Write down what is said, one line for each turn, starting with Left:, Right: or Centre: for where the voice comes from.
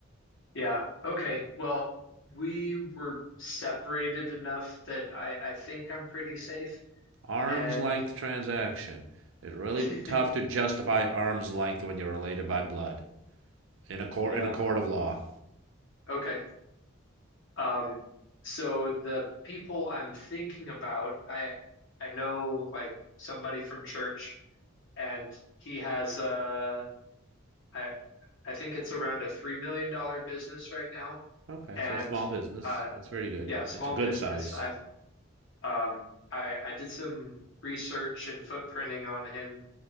Left: Yeah. Okay. Well, we were separated enough that I, I think I'm pretty safe.
Right: Arm's
Left: And
Right: length transaction. It's really
Left: <laughs>
Right: tough to justify arm's length when you're related by blood in a court
Left: yeah.
Right: in a court of law.
Left: Okay. Um, so the people I'm thinking about, I I know like somebody from church, and he has uh I I think it's around a three million dollar business right now.
Right: Okay,
Left: And
Right: so small business.
Left: uh
Right: That's very good.
Left: yeah, small
Right: That's a good
Left: business.
Right: size.
Left: I've um I I did some research and footprinting on him